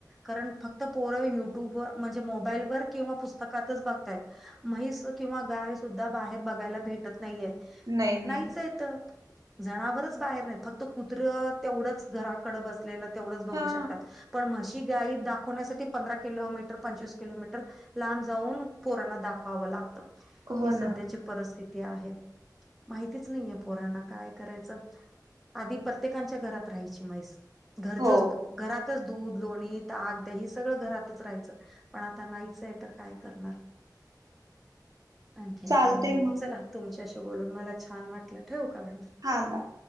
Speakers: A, in the centre; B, on the right (about 55°).
A: कारण फक्त पोर युट्यूब व म्हणजे मोबाईल वर किंवा पुस्तकातच बघतायत म्हैस किंवा गाय सुद्धा बाहेर बघायला भेटत नाहीये
B: नाही नाही
A: नाहीच आहे त जनावरचं बाहेर नाहीत फक्त कुत्र तेवढंच घराकडं बसलेलं तेवढंच बघू
B: हा
A: शकतात पण म्हशी गाई दाखवण्यासाठी पंधरा किलोमीटर पंचवीस किलोमीटर लांब जाऊन पोरांना दाखवावं लागत
B: हो
A: ही सध्याची
B: ना
A: परस्थिती आहे माहितीच नाहीय पोरांना काय करायचं आधी प्रत्येकच्या घरात राहायची म्हैस घरच
B: हो
A: घरातच दूध लोणी ताक दही सगळं घरातच राहायचं पण आता नाहीचं आहे तर काय करणार आणखी
B: चालतय
A: काय म्हणा
B: मग
A: चला तुमच्याशी बोलून मला छान वाटलं ठेऊ का मॅडम
B: हां बाय